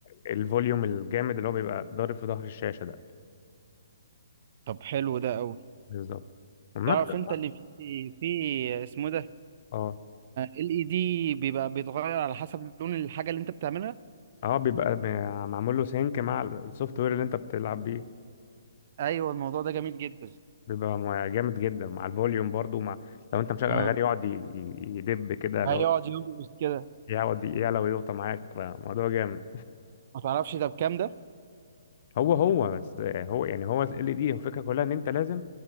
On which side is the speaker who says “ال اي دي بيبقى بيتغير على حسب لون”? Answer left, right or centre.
Right